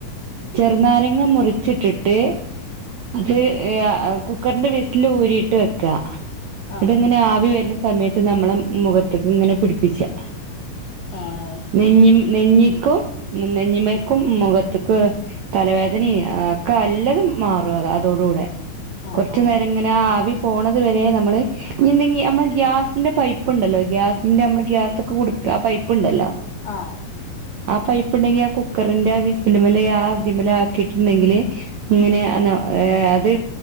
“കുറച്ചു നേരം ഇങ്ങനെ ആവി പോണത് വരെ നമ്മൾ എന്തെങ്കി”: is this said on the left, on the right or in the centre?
Right